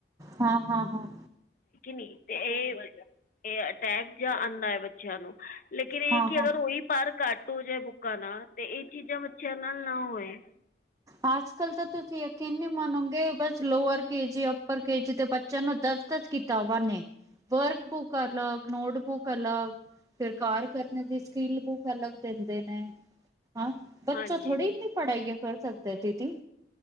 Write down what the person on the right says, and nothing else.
ਹਾਂ ਹਾਂ ਹਾਂ।
ਹਾਂ
ਹਾਂ
ਅੱਜ-ਕੱਲ੍ਹ ਤਾਂ ਤੁਸੀਂ ਯਕੀਨ ਨੀ ਮੰਨੋਗੇ ਬਸ ਲੋਅਰ ਕੇਜੀ ਅੱਪਰ ਕੇਜੀ ਦੇ ਬੱਚਿਆਂ ਨੂੰ ਦਸ ਦਸ ਕੀਤਾਬਾ ਨੇ। ਵਰਕ ਬੁੱਕ ਅਲਗ ਨੋਟ ਬੁੱਕ ਅਲਗ। ਫੇਰ ਘਾਰ ਕਰਨ ਦੀ ਸਕਿਲ ਬੁੱਕ ਅਲੱਗ ਦਿੰਦੇ ਨੇ। ਹਾਂ ਬੱਚਾ
ਥੋੜ੍ਹੀ ਇੰਨੀ ਪੜ੍ਹਾਈਆਂ ਕਰ ਸਕਦਾ ਦੀਦੀ।